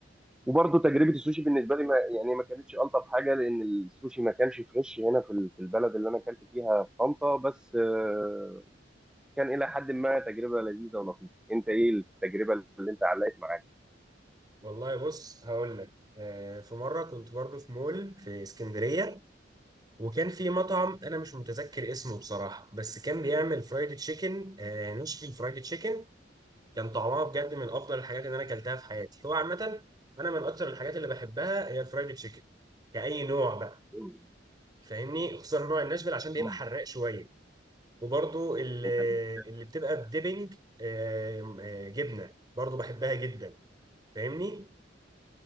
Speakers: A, in the centre; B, on the right.
A: وبرضه تجربه السوشي بالنسبه لي ما يعني ما كانتش الطف حاجه لان السوشي ما كانش فريش هنا في ال- في البلد اللي انا اكلت فيها في طنطا بس آه، كان الى حد ما تجربه لذيذه ولطيفه انت ايه التجربه اللي انت علقت معاك؟
B: والله بص هقول لك آه، في مره كنت برضه في مول في اسكندريه وكان في مطعم انا مش متذكر اسمه بصراحه بس كان بيعمل فرايد تشيكن آه نشفل فرايد تشيكن كان طعمها بجد من افضل الحاجات اللي انا اكلتها في حياتي هو عامه انا من اكتر الحاجات اللي بحبها هي الفرايد تشيكن كأي نوع بقى
A: مم.
B: فاهمني خصوصا نوع الناشفيل عشان بيبقى
A: مم.
B: حراق شويه وبرضو اللي,
A: انت
B: اللي بتبقى بديبنج آه، آه، جبنه برضو بحبها جدا فاهمني